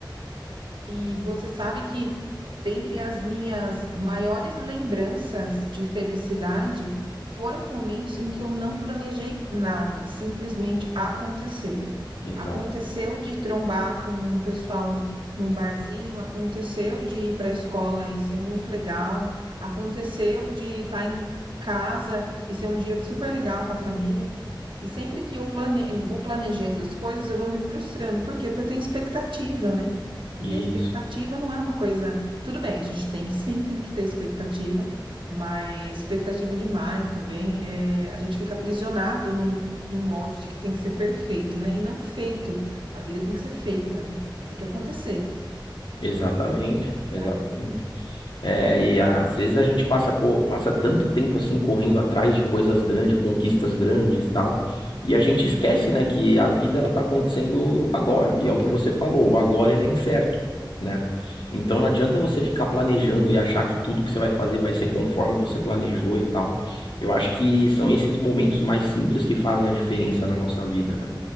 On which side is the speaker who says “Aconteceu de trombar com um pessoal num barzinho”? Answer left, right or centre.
Right